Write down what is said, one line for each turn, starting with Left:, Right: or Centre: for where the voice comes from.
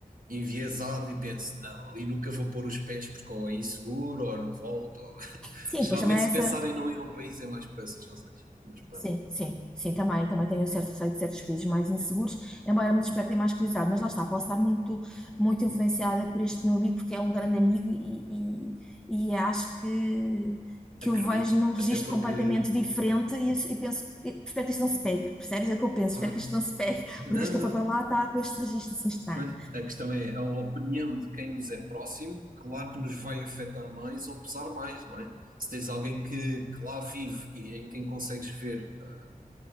Right: enviesado e penso, não, ali nunca vou pôr os pés porque ou é inseguro ou não volto. ou- <laughs>
Centre: Sim,
Right: Geralmente,
Centre: pois também é
Right: se
Centre: essa.
Right: pensar em não ir a um país é mais por essas razões. Mas pronto,
Centre: Sim, sim, sim, também, também tenho um certo receio de certos países mais inseguros, embora me despertem mais curiosidade, mas lá está, posso estar muito, muito influenciada por este meu amigo, porque é um grande amigo e, e, e acho que,
Right: acredito.
Centre: que o vejo num registro
Right: Até porque,
Centre: completamente diferente e, e penso, que- espero que isto não se pegue, percebes? É o que eu penso,
Right: claro,
Centre: espero que isto não se pegue, porque
Right: não,
Centre: desde que eu
Right: não.
Centre: fui para lá está com este registro assim estranho.
Right: Pois, a questão é, a opinião de quem nos é próximo, claro que nos vai afetar mais ou pesar mais, não é? Se tens alguém que, que lá vive e em quem consegues ver ah,